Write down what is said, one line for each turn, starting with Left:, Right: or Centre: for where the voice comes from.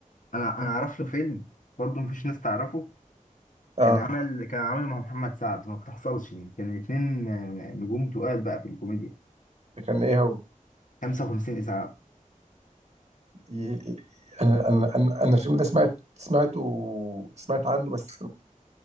Left: انا انا اعرف له فيلم برضه مفيش ناس تعرفه
Right: اه
Left: كان عامل كان عامله مع محمد سعد ما بتحصلش دي كان الاتنين آه، نجوم تقال بقى في الكوميديا
Right: كان ايه هو
Left: 55 إسعاف
Right: ي... انا انا انا أنا الفيلم ده سمعت سمعته سمعت عنه بس